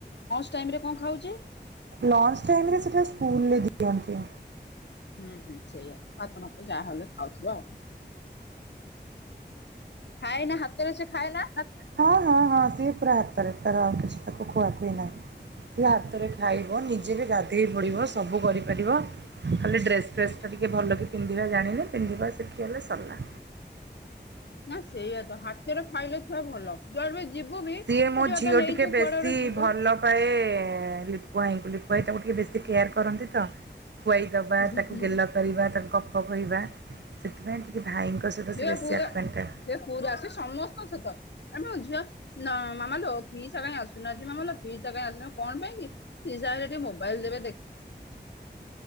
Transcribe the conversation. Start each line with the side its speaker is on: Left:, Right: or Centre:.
Left: ଟାଇମ୍ ରେ କଁ ଖାଉଚି?
Right: ଲଞ୍ଚ୍ ଟାଇମ୍ ରେ ସେଟା ସ୍କୁଲ୍ ରେ ଦିଅନ୍ତି।
Left: ହୁଁ ହୁଁ ସେଇଆ ଭାତ ଫାତ ଯାହାହେଲେ ଖାଉଥୁବ ଆଉ। ଖାଇ ନା ହାତରେ ସେ ଖାଏନା?
Right: ହଁ ହଁ ହଁ ସିଏ ପୁରା ହାତରେ ତାର ଆଉ କିଛି ତାକୁ ଖୁଆଖୁଇ ନାଇଁ। ସିଏ ହାତରେ ଖାଇବ ନିଜେ ବି ଗାଧେଇ ପଡିବ ସବୁ କରିପାରିବ ଖାଲି ଡ୍ରେସ୍ ଫ୍ରେସ୍ ଟା ଟିକେ ଭଲକି ପିନ୍ଧିବା ଜାଣିନି ପିନ୍ଧିବା ଶିଖିଗଲେ ସରିଲା।
Left: ନା ସେଇଆ ତ ହାତରେ ଖାଇଲେ ଛୁଆ ଭଲ, ଯୁଆର ବି ଯିବୁ ବି
Right: ସିଏ ମୋ
Left: ଖୋଜିବା
Right: ଝିଅ
Left: ତ ନେଇଛୁ
Right: ଟିକେ ବେଶୀ
Left: କୁଆଡେ ଗୋଟେ ଯିବୁ
Right: ଭଲ ପାଏ ଲି ପୁଆଇଙ୍କୁ ଲିପୁଆଇ ତାଙ୍କୁ ଟିକେ ବେଶୀ କେୟାର କରନ୍ତି ତ, ଖୁଆଇଦବା
Left: ହୁଁ
Right: ତାକୁ
Left: ହୁଁ।
Right: ଗେଲ କରିବା ତାକୁ କ ପ କହିବା ସେଥିପାଇଁ ଟିକେ ଭାଇଙ୍କ ସହିତ
Left: ସିଏ
Right: ସେ ବେଶୀ
Left: ପା ପୁରା
Right: ଆକ୍ୱେଣ୍ଟେଡ଼୍।
Left: ସିଏ ପୁରା ସିଏ ସମସ୍ତଙ୍କ ସହିତ ଆମ ଝିଅ ନା ମାମାଲୋ ପିଇସା କାଇଁ ଆସୁନାହାନ୍ତି ମାମା ଲୋ ପିଇସା କାଇଁ ଆସୁ ନା କଣ ପାଇଁ କି? ପିଇସା ଆସିଲେ ଟିକେ ମୋବାଇଲ୍ ଦେବେ